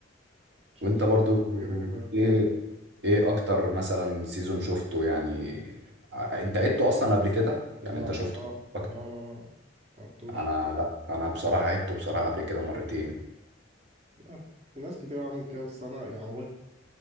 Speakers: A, on the right (about 35°); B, on the right (about 60°).
A: جون
B: وانت
A: سنو
B: برضو
A: كده كده
B: ايه ايه اكتر مثلا سيزون شفته يعني ع- انت عدته اصلا قبل كده يعني
A: لا
B: انت شفته
A: الصراحة
B: أكتر؟
A: لا لا لا معرفتوش
B: انا لا انا بصراحة عدته بصراحة قبل كده مرتين
A: لا في ناس كتير عملت كده بس أنا يعني هو